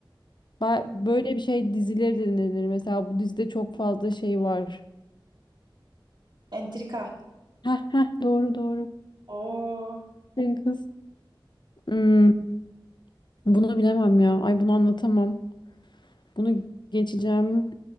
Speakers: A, on the left; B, on the right.
A: Ba-
B: Hı.
A: Böyle bir şey dizileri de denir. Mesela bu dizide çok fazla şey var.
B: entrika,
A: Heh, heh, doğru doğru.
B: Oo,
A: Benim kız. Hmm, bunu bilemem ya. Ay bunu anlatamam. Bunu geçeceğim.